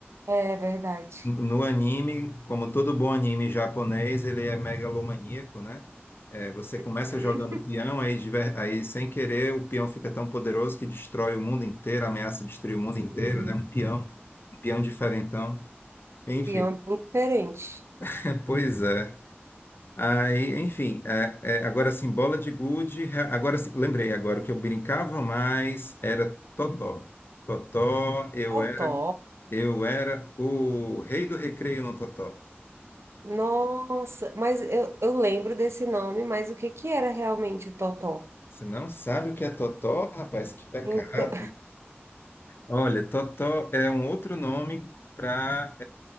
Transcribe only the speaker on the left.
no anime, como todo bom anime japonês, ele é megalomaníaco, né? É, você
começa jogando peão, aí, diver- aí sem querer o peão fica tão poderoso que destrói o mundo inteiro, ameaça destruir o mundo
inteiro, né? Um peão, um peão diferentão. Enfim,
<laughs> é, pois é. Aí, enfim, é, é, agora sim, bola de gude. re- Agora sim, lembrei agora, o que eu brincava mais era Totó. Totó, eu
era, eu era o rei do recreio no Totó.
Você não sabe o que é totó, rapaz? Que pecado.
Olha, totó é um outro nome para